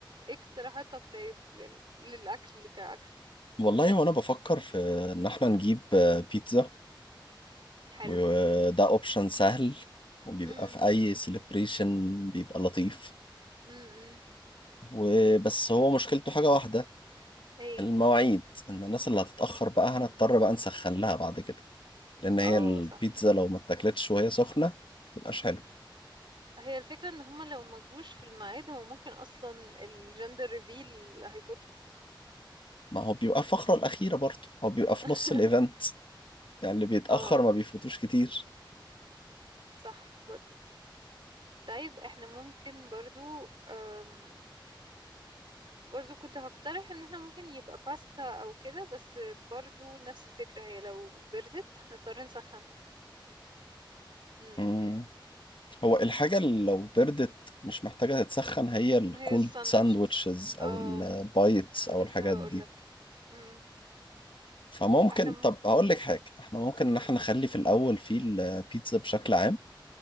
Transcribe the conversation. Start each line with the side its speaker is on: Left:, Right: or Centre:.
Right: إيه اقتراحاتك طيب لل... للاكل كاكل
Left: والله وانا بفكر في ان احنا نجيب آه، بيتزا
Right: حلو
Left: وده اوبشن سهل وبيبقى
Right: امم
Left: في اي سيلبريشن بيبقى لطيف
Right: امم
Left: وبس هو مشكلته حاجة واحدة
Right: ايه
Left: المواعيد ان الناس اللي هتتأخر بقى هنضطر بقى نسخن لها بعد كده لان هي
Right: اه
Left: البيتزا
Right: صح
Left: لو ما اتاكلتش وهي سخنة متبقاش حلو
Right: هي الفكرة ان هما لو ما جوش في الميعاد هو ممكن اصلا الجندر ريفيل هيفوتهم
Left: ما هو بيبقى الفقرة الأخيرة برضه هو بيبقى في
Right: <laughs>
Left: نص الإيفنت يعني اللي بيتأخر
Right: اه
Left: ما بيفوتوش كتير
Right: صح برضو طيب احنا ممكن برضو أم برضو كنت هقترح ان احنا ممكن يبقى باستا او كده بس برضو نفس الفكرة هي لو بردت هنضطر نسخن امم
Left: مم. هو الحاجة اللي لو بردت مش محتاجة تتسخن هي الكولد
Right: هي الساندوتشز
Left: ساندويتشز
Right: اه
Left: أو البايتس
Right: كنت
Left: أو
Right: لسه
Left: الحاجات
Right: هقولك
Left: دي
Right: امم
Left: فممكن
Right: احنا ممكن
Left: طب هقول لك حاجة احنا ممكن ان
Right: امم
Left: احنا نخلي في الاول في البيتزا بشكل عام